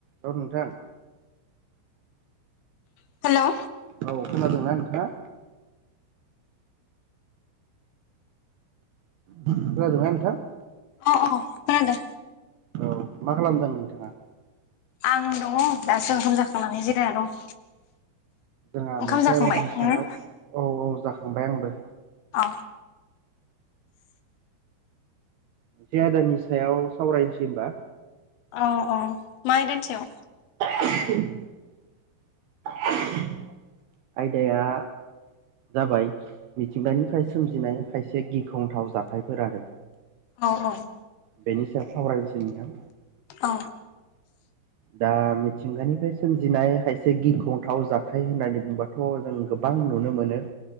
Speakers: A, on the right (about 75°); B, on the left (about 75°).
A: हेल' नोंथां।
B: हेलौ।
A: औ खोनादोंना नोंथाङा। खोनादों ना नोंथां?
B: अ अ। खोनादों
A: औ मा खालामदों नोंथाङा?
B: आं दङ दासो ओंखाम जाखांनानै जिरायना दं।
A: जोंहा
B: ओंखाम
A: मोनसेनि
B: जाखांबाय
A: सायाव
B: नोङो
A: औ औ जाखांबाय आंबो।
B: अ
A: जे आदानि सायाव सावरायसै होनबा।
B: औ औ मा आयदानि सायाव?
A: <unintelligible> आयदाया जाबाय मिथिंगानिफ्राय सोमजिनाय खायसे गिख्रंथाव जाथायफोर आरो।
B: औ औ।
A: बेनि सायाव सावरायनोसै नोंथां।
B: औ।
A: दा मिथिंगानिफ्राय सोमजिनाय खायसे गिख्रंथाव जाथाय होननानै बुंबाथ' थ जों गोबां नुनो मोनो।